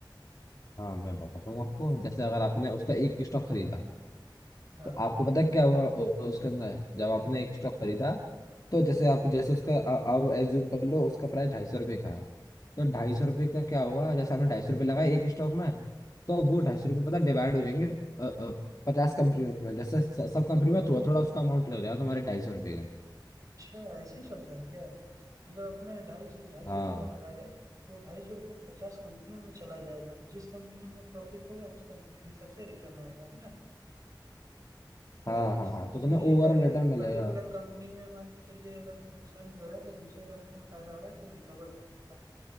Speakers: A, on the left; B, on the right.
A: हाँ मैं बताता हूँ आपको जैसे अगर आपने उसका एक स्टॉक खरीदा
B: हाँ
A: तो आपको पता क्या होगा उ- उसके अंदर जब आपने एक स्टॉक खरीदा तो जैसे आप जैसे उसका अ- अब एज्यूम कर लो उसका प्राइस ढाई सौ रुपये का है तो ढाई
B: ठीक
A: सौ रुपये
B: है
A: का क्या होगा जैसे आपने ढाई सौ रुपये लगाए एक स्टॉक में तो वो ढाई सौ रुपये पता डिवाइड हो जाएंगे पचास कंपनियों में जैसे स- सब कंपनी में थोड़ा थोड़ा उसका अमाउंट लग जाएगा तुम्हारे ढाई सौ रुपये का
B: अच्छा ऐसे चलता है क्या मतलब अपने ढाई से ढाई सौ
A: हाँ
B: रुपये लगाए तो ढाई सौ रुपये पचास कंपनी में चला जाएगा जिस कंपनी में प्रॉफिट होगा उस कंपनी के हिसाब से रिटर्न आएगा है ना अगर
A: हाँ
B: किस
A: हाँ हाँ
B: किसी
A: तो तुम्हें ओवरऑल
B: एक, एक
A: रिटर्न मिलेगा
B: पर्टिकुलर कंपनी में मान के चलिए अगर नुकसान भी हो रहा है तो दूसरे कंपनी में फायदा हो रहा है तो वो रिकवर कर देता है